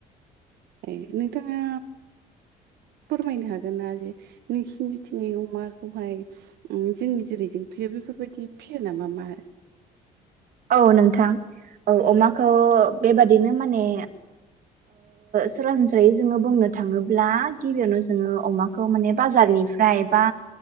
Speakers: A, on the right; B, on the right.
A: ए नोंथाङा फोरमायनो हागोन। रुना होयो नोंसिनिथिं अमाखौहाय जोंनि जेरैजों फियो बेफोरबायदि फिसियो नामा मा
B: औ नोंथां औ अमाखौ बेबादिनो माने सरासनस्रायै जोङो बुंनो थाङोब्ला गिबियावनो जोङो अमा खौ माने बाजारनिफ्राय बा